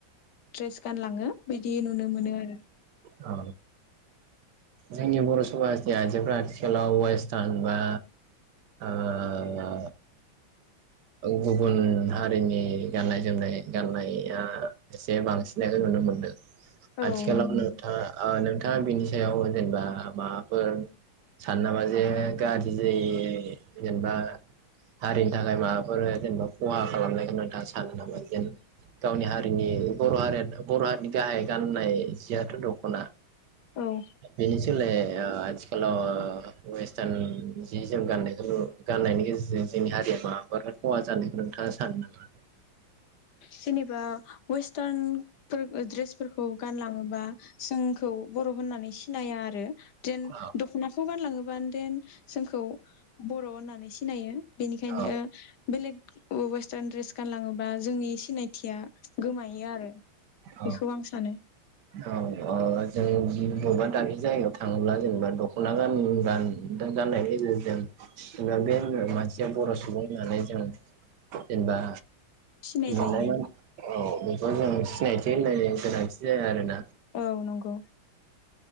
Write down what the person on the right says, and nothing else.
आ जोंनि बर' समाजनि आइजोफोरा आथिखालाव वेस्टार्न बा ओ गुबुन हारिनि गाननाय- जोमनाय गाननाया एसे बांसिनायखौ नुनो मोनदों
आथिखालाव
नोंथाङा ओ नोंथाङा बिनि याव जेनेबा माबाफोर सानो नामा जे गाज्रि जायो जेनेबा हारिनि थाखाय मा आरो जेनेबा खहा खालामनायखौ नोंथाङा सानो नामा जेन गावनि हारिनि बर' हारिया बर' हारिनि गाहाय गाननाय जियाथ' दख'ना
बे आथिखालाव ओ वेस्टार्न जि जोम गाननायखौ गान्नायनि गेजेरजों जोंनि हारिया माबाफोर खहा जानायखौ नोंथाङा सानो नामा?
औ
औ
औ
औ ओ जों बबेबा दानि जायगायाव थाङोब्ला जेनेबा दख'ना गान- गान गान्नायनि गेजेरजों जेनेबा बे मानसिया बर'
सुबुं होननानै जों जेनेबा
नुनाय
औ बेखौ जों सिनायथि होलायनो गोनांथि जाया आरोना